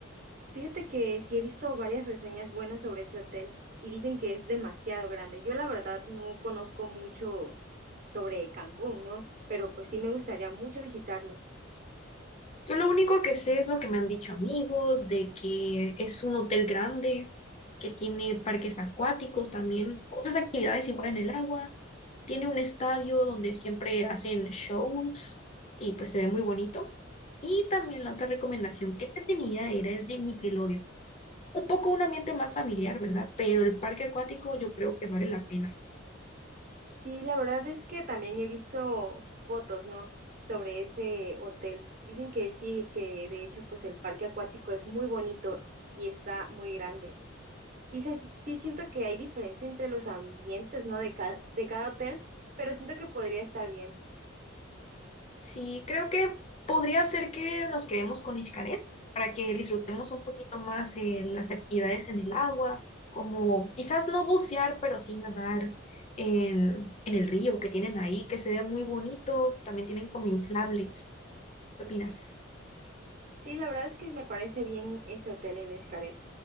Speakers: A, on the right; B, on the left.
A: Fíjate que sí he visto varias reseñas buenas sobre ese hotel y dicen que es demasiado grande. Yo la verdad no conozco mucho sobre Cancún, ¿no? Pero pues sí me gustaría mucho visitarlo.
B: Yo lo único que sé es lo que me han dicho amigos, de que es un hotel grande, que tiene parques acuáticos también, otras actividades igual en el agua. Tiene un estadio donde siempre hacen shows y pues se ve muy bonito. Y también la otra recomendación que te tenía era el de Nickelodeon. Un poco un ambiente más familiar, ¿verdad? Pero el parque acuático yo creo que vale la pena.
A: Sí, la verdad es que también he visto fotos, ¿no? Sobre ese hotel. Dicen que sí, que de hecho, pues el parque acuático es muy bonito y está muy grande. Sí, se- sí siento que hay diferencia entre los ambientes, ¿no? De ca- de cada hotel, pero siento que podría estar bien.
B: Sí, creo que podría ser que nos quedemos con Xcaret para que disfrutemos un poquito más eh, las actividades en el agua, como quizás no bucear, pero sí nadar en, en el río que tienen ahí, que se ve muy bonito. También tienen como inflables. ¿Qué opinas?
A: Sí, la verdad es que me parece bien ese hotel, el Xcaret.